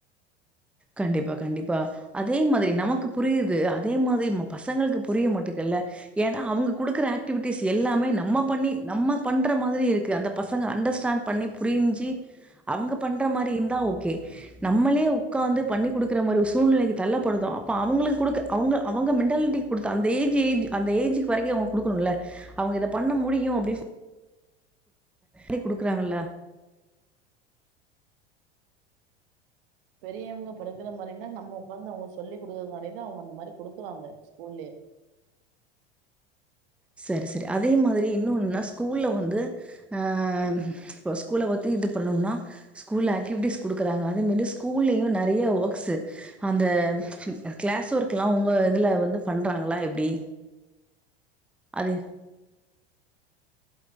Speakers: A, in the centre; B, on the right.
A: கண்டிப்பா கண்டிப்பா அதே மாதிரி நமக்கு புரியுது அதே மாதிரி நம்ம பசங்களுக்கு புரிய மாட்டுதுல்ல ஏனா அவுங்க குடுக்குற ஆக்டிவிட்டிஸ் எல்லாமே நம்ம பண்ணி நம்ம பண்ற மாதிரி இருக்கு அந்த பசங்க அண்டர்ஸ்டாண்ட் பண்ணி புரிஞ்சி அவங்க பண்ற மாரி இருந்தா ஓகே நம்மளே உக்காந்து பண்ணி குடுக்குற மாரி ஒரு சூழ்நிலைக்கு தள்ளப்படுதோ அப்ப அவங்களுக்கு குடுக் அவங்க அவங்க மென்டாலிட்டிக் குடுத்த அந்த ஏஜ் ஏஜ் அந்த ஏஜுக்கு வரைக்கு அவங்க குடுக்கணுல்ல அவங்க இத பண்ண முடியு அப்டி <inaudible> குடுக்குறாங்கல்ல
B: பெரியவங்க படுக்கிற மாரினா நம்ம உக்காந்து அவங்ளுக் சொல்லி குடுக்கற மாரிதா அவங்க அந்த மாரி குடுக்குறாங்க ஸ்கூல்லயே
A: சரி சரி அதே மாதிரி இன்னொனுன்னா ஸ்கூல்ல வந்து ஆ இப்ப ஸ்கூல பத்தி இது பண்ணும்னா ஸ்கூல்ல ஆக்டிவிட்டிஸ் குடுக்குறாங்க அதே மாரி ஸ்கூல்லயு நெறைய ஒர்க்ஸு அந்த கிளாஸ் ஒர்க்லா உங்க இதுல வந்து பண்றாங்ளா எப்டி அது